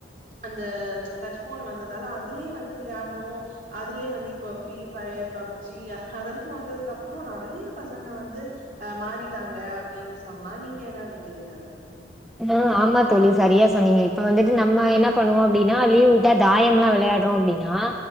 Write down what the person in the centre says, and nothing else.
ஆ ஆமா தோழி சரியா சொன்னீங்க. இப்ப வந்துட்டு நம்ம என்ன பண்ணுவோ அப்டினா லீவ் வுட்டா தாயம்லா வெளையாடுறோ அப்டின்னா